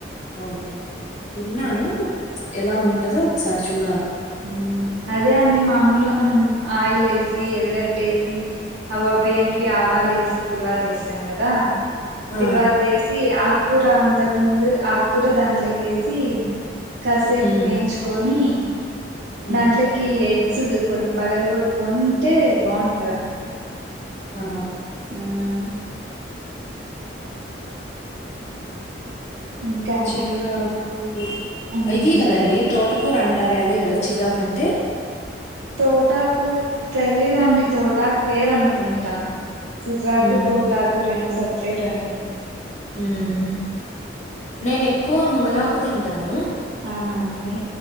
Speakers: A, on the left (about 35°); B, on the right (about 75°).
A: ఓకే విన్నాను ఎలా ఉంటదో ఒకసారి చూడాలి
B: హ్మ్. అదే అండి మామూలుగా మనం ఆయిల్ వేసి ఎరగడ్డ వేసి అవవి ఏంటి ఆవ అలేసి తిరువాతి ఎస్తాం కదా
A: ఆ!
B: తిరువాతి వేసి ఆ ఆకూర అంతకు ముందు ఆకుకూర దాంట్లో కేసి కాసేపు
A: హ్మ్.
B: వేయించుకొని
A: హ్మ్.
B: దాంట్లోకి ఎగ్స్ కొన్ని పగలు గొట్టుకొంటే బావుంటదండి
A: ఆ
B: ఉమ్ ఇంకా అండి
A: చిర్రాకు
B: మ్మ్
A: ఇదే
B: సిర్జాకు
A: కదండీ తోటకూర అం టారే అదే కదా చిర్రాకు అంటే
B: తోటాకు తెలీదు దే అండి తోటాకు వేరనుకుంటా సిర్రాకు
A: హ్మ్.
B: తోటాకు రెండు సెప్ రేటండి
A: ఉమ్ నేను ఎక్కువ మునగాకు తింటాను
B: అవునా అండి